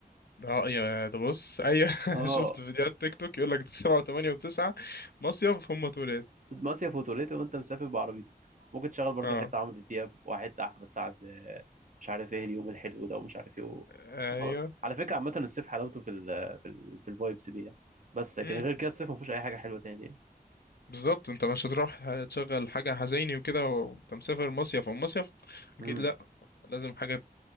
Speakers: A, on the left (about 80°); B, on the right (about 55°).
A: اه يا ده بص ايوه <laughs>
B: اه
A: شفت فيديوهات تيك توك يقول لك سبعة وثمانية وتسعة مصيف هم توليت
B: بس مصيف وتوليت وانت مسافر بعربيتك ممكن تشغل برضو
A: اه
B: حتة عمرو دياب وحتة أحمد سعد آه، مش عارف ايه اليوم الحلو ده ومش عارف ايه و-
A: ايوه
B: وخلاص على فكرة عامة الصيف حلاوته في ال في ال في الفايبس دي يعني. بس لكن
A: امم
B: غير كده الصيف مفيهوش أي حاجة حلوة تاني يعني.
A: بالظبط انت مش هتروح تشغل حاجة حزيني وكده وانت مسافر مصيف او مصيف اكيد
B: امم
A: لازم حاجة